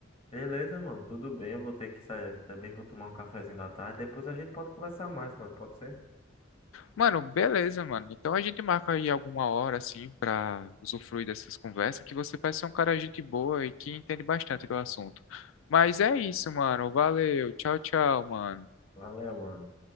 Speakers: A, on the left; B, on the left.
A: Beleza, mano, tudo bem. Eu vou ter que sair aqui também, vou tomar um cafezinho da tarde. Depois a gente pode conversar mais, mano, pode ser?
B: Mano, beleza, mano. Então a gente marca aí alguma hora assim pra usufruir dessas conversas, que você parece ser um cara gente boa e que entende bastante do assunto. Mas é isso, mano. Valeu. Tchau, tchau, mano.
A: Valeu, mano.